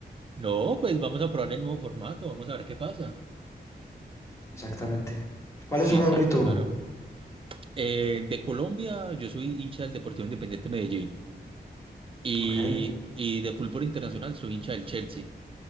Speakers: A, on the right; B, on the left.
A: No, pues vamos a probar el nuevo formato, vamos a ver qué pasa.
B: Exactamente. ¿Cuál
A: Sí,
B: es su favorito?
A: sí, claro. Eh, de Colombia, yo soy hincha del Deportivo Independiente Medellín. y,
B: Ok.
A: y de fútbol internacional soy hincha del Chelsea.